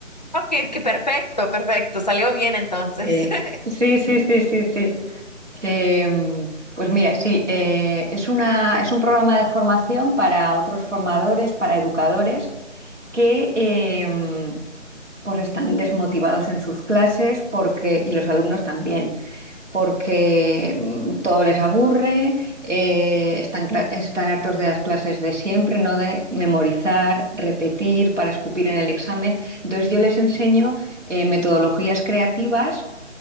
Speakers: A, on the left; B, on the right.
A: Ok, ok, perfecto, perfecto. Salió bien entonces.
B: Eh,
A: <laughs>
B: sí, sí, sí, sí, sí. Eh, pues mira, sí, eh, es una, es un programa de formación para otros formadores, para educadores que... em, pues están desmotivados en sus clases porque, y los alumnos también, porque mm, todo les aburre, eh, están, cla- están hartos de las clases de siempre, ¿no? De memorizar, repetir para escupir en el examen. Entonces yo les enseño eh, metodologías creativas